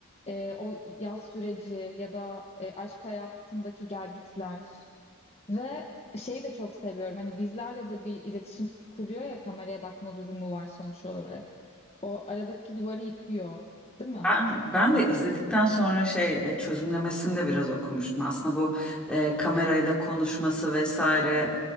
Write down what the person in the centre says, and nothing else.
Ben, ben de izledikten sonra şey e, çözümlemesini de biraz okumuştum. Aslında bu e, kamerayla konuşması vesaire